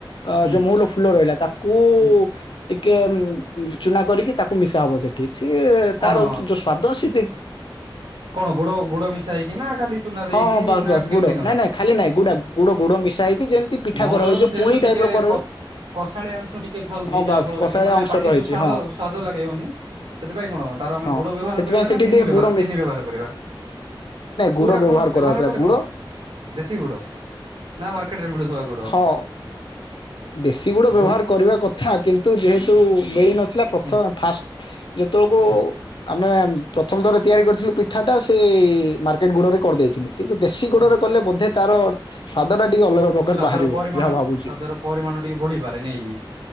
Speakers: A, on the left; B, on the right.
A: ଅ
B: ହୁଁ
A: ଯୋଉ ମହୁଲ ଫୁଲ ରହିଲା ତାକୁ
B: ହୁଁ
A: ଟିକେ ଚୁନା କରିକି ତାକୁ ମିଶାହବ ସେଠି। ସିଏ ତାର
B: କଣ
A: ଯୋଉ ସ୍ଵାଦ ଅଛି ସେ
B: କଣ ଗୋଡ ଗୋଡ ମିଶା ହେଇକି ନା ଖାଲି ଚୁନା ଦେଇକି
A: ହଁ ହଁ ବାସ୍
B: ନା
A: ବାସ୍
B: କେମତି
A: ଗୁଡ
B: କଣ
A: ନାଇଁ ନାଇଁ ଖାଲି ନାଇଁ ଗୁଡା ଗୁଡ ଗୁଡ ମିଶା ହେଇକି ଯେମିତି ପିଠା
B: ମଉଲର
A: କରାହୁଏ
B: ତ
A: ଯୋଉ
B: ଯେହେତୁ
A: ପୁଳି
B: ଟିକେ
A: ଟାଇପ ର କର
B: କସ କଷାଳି ଅଂଶ ଟିକେ ଥାଉଚି
A: ହଁ
B: ଯାହା
A: ବାସ୍
B: ଫଳରେ
A: କଷାଳିଆ
B: କି ମାନେ
A: ଅଂଶ
B: ପାଟିକୁ
A: ରହିଛି
B: ସ୍ଵାଦ
A: ହଁ
B: ସ୍ଵାଦ ଲାଗିବନି ସେ ସେଥିପାଇଁ କଣ ତାର ଆମେ
A: ହଁ
B: ଗୁଡ଼ ବ୍ୟବହାର
A: ସେଥିପାଇଁ
B: କରିବା
A: ସେଠି
B: ନା ଚିନି
A: ଟିକେ ଗୁଡ
B: ଚିନି ବ୍ୟବହାର କରିବା? କୋଉଟା
A: ଗୁଡ଼ ବ୍ଯବହାର
B: କଣ ବ୍ୟବହାର
A: କରାଯାଉଥିଲା
B: କଲେ
A: ଗୁଡ଼?
B: କଣ ଦେଶୀ ଗୁଡ ନା ମାର୍କେଟରେ ମିଳୁଥିବା ଗୁଡ
A: ହଁ ଦେଶୀ ଗୁଡ଼ ବ୍ଯବହାର
B: ଯୋଉ
A: କରିବା କିନ୍ତୁ ଯେହେତୁ ମିଳିନ ତ
B: ହୁଁ
A: ଫାଷ୍ଟ ଯେତେବେଳକୁ
B: ହୁଁ
A: ଆମେ ପ୍ରଥମ ଥର ତିଆରି କରିଥିଲୁ ପିଠାଟା ସେ ମାର କେଟ ଗୁଡ଼ରେ କରିଦେଇଥିଲୁ। କିନ୍ତୁ ଦେଶୀ ଗୁଡ଼ରେ
B: ହୁଁ
A: କଲେ ବୋଧେ ତାର ସ୍ଵାଦ ଟା ଟିକେ ଅଲଗା ପ୍ରକାର
B: ସ୍ଵାଦର
A: ବାହାରିବ
B: ପରିମାଣ
A: ଯାହା ଭାବୁଛି।
B: ସ୍ଵାଦର ପରିମାଣ ଟିକେ ବଢିପାରେ ନେଇକି